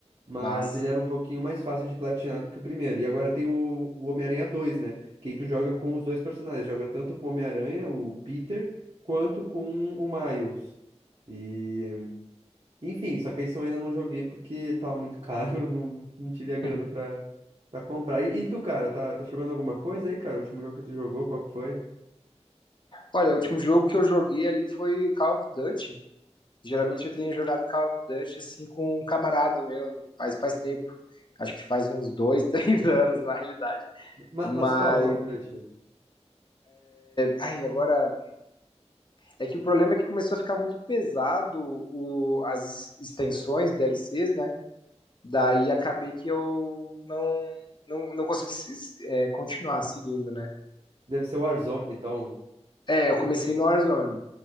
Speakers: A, on the right (about 50°); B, on the left (about 40°).
A: Mas
B: Mas,
A: ele era um pouquinho mais fácil de platinar do que o primeiro. E agora tem o, o Homem-Aranha 2, né? Que aí tu joga com os dois personagens. Joga tanto com o Homem-Aranha, o Peter, quanto com o Miles. E... Enfim, só que esse eu ainda não joguei porque tava muito caro. <laughs> Eu não, não tive a grana
B: hum.
A: pra, pra comprar. E, e tu, cara, tá, tá jogando alguma coisa aí, cara? O último jogo que tu jogou, qual que foi?
B: olha, o último jogo que eu joguei ali foi o Call of Duty. Geralmente eu tenho jogado Call of Duty, assim, com um camarada meu, faz, faz tempo. Acho que faz uns dois, <laughs> três anos, na realidade.
A: Ma-
B: Mas,
A: mas qual, Call of Duty?
B: ai, agora, é que o problema é que começou a ficar muito pesado o, as extensões, DLCs, né? Daí acabei que eu não, não, não consegui se- se- é, continuar seguindo, né?
A: Deve ser o Warzone, então.
B: É, eu comecei no Warzone.